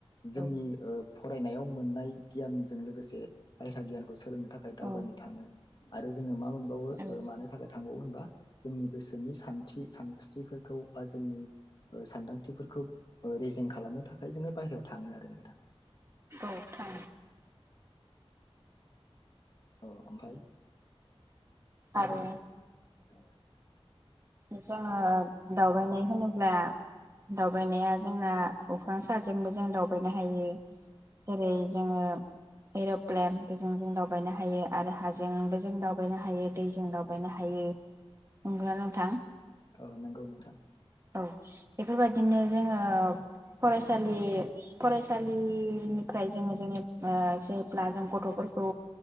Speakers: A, on the left; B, on the right.
A: जोंनि
B: औ
A: ओ फरायनायाव मोननाय गियानजों लोगोसे अरायथा गियानखौ सोलोंनो थाखाय दावबायनो
B: औ
A: थाङो आरो जोङो मा मोन मोनबावो
B: औ
A: ओ मानो थाखाय थांबावो होनबा जोंनि गोसोनि सानथि सानस्रिफोरखौ बा जोंनि ओ सानदांथिफोरखौ ओ रेजें खालामनो थाखाय जोङो बाहेरायाव थाङो आरो नोंथां
B: औ थाङो
A: अ ओमफ्राय
B: आरो
A: <inaudible>
B: जोङो दावबायनाय होनोब्ला दावबायनाया जोंना अख्रां साजोंबो जों दावबायनो हायो जेरै जोङो एर'प्लेन बेजों जों दावबायनो हायो आरो हाजोंबो जों दावबायनो हायो दैजों दावबायनो हायो नोगौना नों थां
A: औ नोंगौ नोंथां
B: औ बेफोरबायदिनो जोङो फरायसालि फरायसालिनिफ्राय जोङो जेनेबा जेब्ला जों गथ'फोरखौ